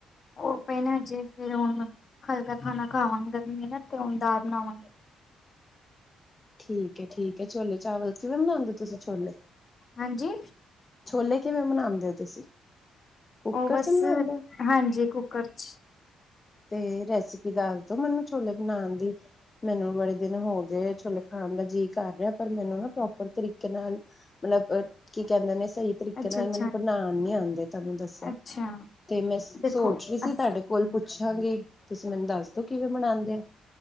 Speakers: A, on the left; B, on the left.
A: ਉਹ ਪਹਿ ਨਾ ਜੇ ਫੇਰ ਹੁਣ ਹਲਕਾ ਖਾਣਾ ਖਾਵਾਂਗੇ ਗਰਮੀ ਨਾ ਤੇ ਹੁਣ ਦਾ ਬਣਾਵਾਂਗੇ।
B: ਠੀਕ ਹੈ, ਠੀਕ ਹੈ, ਛੋਲੇ- ਚਾਵਲ ਕਿਵੇਂ ਬਨਾਉਂਦੇ ਤੁਸੀਂ ਛੋਲੇ?
A: ਹਾਂਜੀ?
B: ਛੋਲੇ ਕਿਵੇਂ ਮਨਾੰਦੇ ਹੋ ਤੁਸੀਂ? ਕੁੱਕਰ
A: ਉਹ ਬਸ,
B: ਚ ਬਣਾਉਂਦੇ ਹੋ?
A: ਹਾਂਜੀ ਕੁੱਕਰ 'ਚ।
B: ਤੇ ਰੈਸਿਪੀ ਦੱਸ ਦੋ ਮੈਨੂੰ ਛੋਲੇ ਬਣਾਨ ਦੀ। ਮੈਨੂੰ ਬੜੇ ਦਿਨ ਹੋ ਗਏ ਛੋਲੇ ਖਾਣ ਦਾ ਜੀਅ ਕਰ ਰਿਹਾ ਪਰ ਮੈਨੂੰ ਨਾ ਪ੍ਰੋਪਰ ਤਰੀਕੇ ਨਾਲ ਮਤਲਬ ਕੀ ਕਹਿੰਦੇ ਨੇ ਸਹੀ ਤਰੀਕੇ
A: ਅੱਛਾ
B: ਨਾਲ ਮੈਨੂੰ
A: ਅੱਛਾ
B: ਬਣਾਨ ਨੀ ਆੰਦੇ। ਤੁਹਾਨੂੰ ਦੱਸਿਆ,
A: ਅੱਛਾ
B: ਤੇ ਮੈਂ ਸੋਚ
A: ਦੇਖੋ
B: ਰਹੀ ਸੀ
A: ਅ
B: ਤਾਡੇ ਲ ਪੁੱਛਾਂਗੀ ਤੁਸੀਂ ਮੈਨੂੰ ਦੱਸ ਦੋ ਕਿਵੇਂ ਮਨਾੰਦੇ